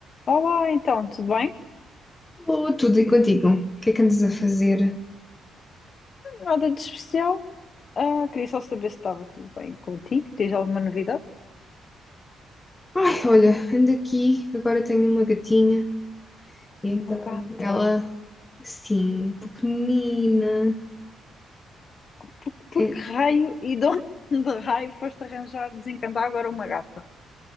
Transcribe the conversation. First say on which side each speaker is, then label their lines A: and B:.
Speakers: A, on the left; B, on the left.
A: Olá, então, tudo bem?
B: Alô, tudo e contigo? O que é que andas a fazer?
A: Nada de especial. Ah, queria só saber se estava tudo bem contigo. Tens alguma novidade?
B: Ai, olha, ando aqui, agora tenho uma gatinha, então
A: Uma gata.
B: ela, sim, pequenina.
A: Por, por
B: É,
A: que raio <laughs> e de onde de raio foste arranjar, desencantar agora uma gata?